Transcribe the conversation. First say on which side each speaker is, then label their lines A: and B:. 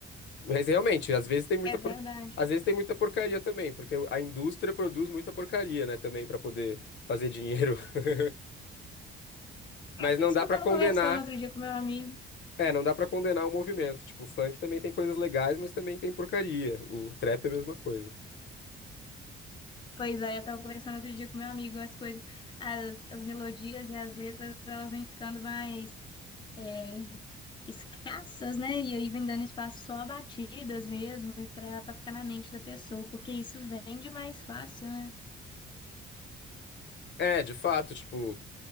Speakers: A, on the left (about 65°); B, on the left (about 25°).
A: Mas realmente, às vezes tem muita
B: É
A: por...
B: verdade.
A: às vezes tem muita porcaria também, porque a indústria produz muita porcaria, né, também, pra poder fazer dinheiro. <laughs> Mas
B: É
A: não
B: isso
A: dá
B: que
A: pra
B: eu estava
A: condenar
B: conversando outro dia com meu amigo.
A: É, não dá pra condenar o movimento. Tipo, o funk também tem coisas legais, mas também tem porcaria. O trap é a mesma coisa.
B: Pois é, eu tava conversando outro dia com meu amigo, as coisas, as, as melodias e as letras, elas vêm ficando mais é, escassas, né? E aí vem dando espaço só a batidas mesmo, e pra, pra ficar na mente da pessoa, porque isso vende mais fácil, né?
A: É, de fato, tipo,